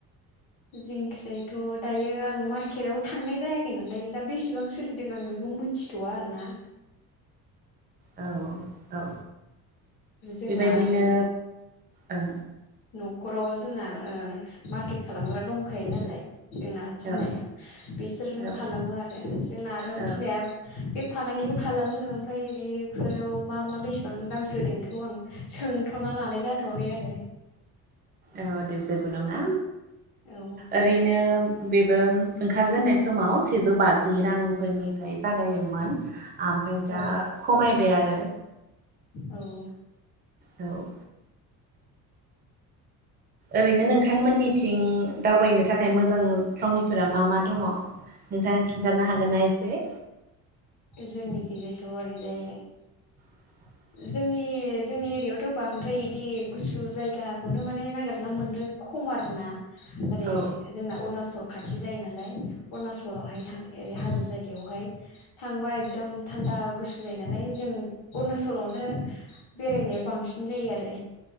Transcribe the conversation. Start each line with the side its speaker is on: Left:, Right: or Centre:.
Left: जिंखिजायथ' दायो आं मार्केट आव थांनाय जायाखै नालाय दा बेसेबां सोलिदों आं बेखौ मिथि थ'वा आरो ना
Right: औ औ
Left: जोंना
Right: बेबायदिनो
Left: ओरै
Right: औ
Left: न'खराव जोंना ओ मारकेट खालामग्रा दंखायो नालाय जोंना बिमाया
Right: औ
Left: बिसोरनो
Right: औ
Left: खालामो आरो जोंना आरो
Right: औ
Left: बिमाया बे फालांगिबो खालामो आमफ्राय बि बेफोराव मा मा बेसेबां दामसो होदों बेखौ आं सोंथ'ना लानाय जाथ'वाखै आरो
Right: ओ दे जेबो नङा
Left: औ
Right: ओरैनो बेबो ओंखारजेननाय समाव सेजौ बाजि रांफोरनि आमफाय जागायदोंमोन आमफाय दा
Left: औ
Right: खमायबाय आरो
Left: औ
Right: औ ओरैनो नोंथांमोनिथिं दावबायनो थाखाय मोजां थावनिफोरा मा मा दङ? नोंथांख खिन्थानो हागोन ना एसे
Left: जोंनिथिंजायथ' ओरैजाय
Right: <inaudible>
Left: जोंनि जोंनि एरियाआवथ' बांद्राय इदि गुसु जायगाखौनो माने नागिरना मोनो खम आरोना ओरै
Right: औ
Left: जोंना अरुनाचल खाथि जायो नालाय अरुणाचलावहाय थां ओरै हाजो जायगायावहाय थांबा एकदम थान्दा गुसु जायो नालाय जों अरुणाचलावनो बेरायनाया बांसिन जायो आरो